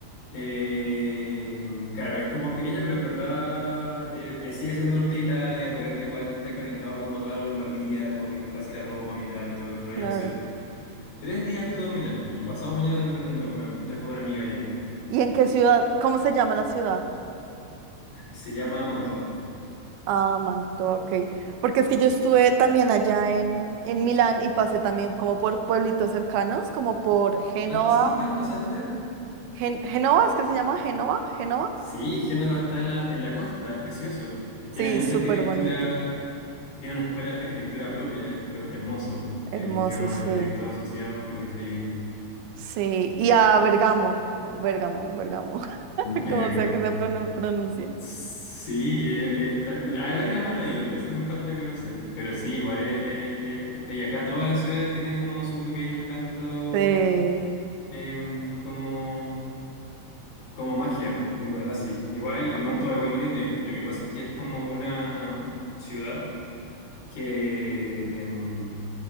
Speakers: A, on the left; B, on the right.
A: Eh, claro, es como más pequeña, pero en verdad eh, eh, sigue siendo norte de Italia, por ende igual te estás conectado como toda la Lombardía, puedes ir fácil a Roma, Milán y todo el rollo.
B: claro.
A: Hace tres días estuve en Milán y pasado mañana tengo que ir de nuevo, me voy a juntar con una amiga allá.
B: ¿Y en qué ciudad? ¿Cómo se llama la ciudad?
A: Se llama Mantova.
B: Ah, Mantua, ok. Porque es que yo estuve también allá en, en Milán y pasé también como por pueblitos cercanos, como por Génova.
A: Ah, sí, ¿cuáles pasaste?
B: Gen- ¿Génova? ¿Es que se llama Génova? ¿Génova?
A: Sí, Génova está en la, en la costa, es precioso. Tiene
B: Sí,
A: mucha
B: súper
A: arquitectura,
B: bonito.
A: tiene una escuela de arquitectura propia, es pero hermoso. Eh,
B: Hermoso,
A: tiene unos
B: sí.
A: arquitectos asociados, pero increíble.
B: Sí. Y a Bergamo, o Bérgamo, Bergamo, <laughs>
A: Bérgamo.
B: como sea que se pronuncie.
A: Sí, es, es ta- a Bérgamo no he ido, eso me falta conocer. Pero sí, igual es, es- es- es bella. Acá todas las ciudades tienen como su pequeño encanto,
B: Sí.
A: em, como, como magia, y en verdad sí. Igual,
B: com-
A: eh, Manto igual lo tiene. Lo que pasa es que es como una ciudad que em,